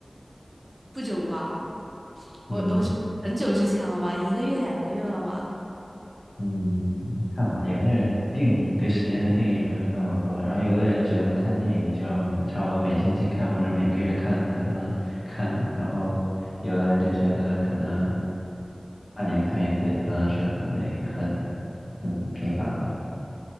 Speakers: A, on the right; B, on the left.
A: 不久吧，我我是很久之前了吧，
B: 嗯。
A: 一个月两个月了吧。
B: 嗯，看吧，有些人定义对时间的定义不是那么多，然后有的人觉得看电影就要你差不多每星期看或者每个月看才算看，然后有的人就觉得可能半年看一次也算是很那很很频繁吧。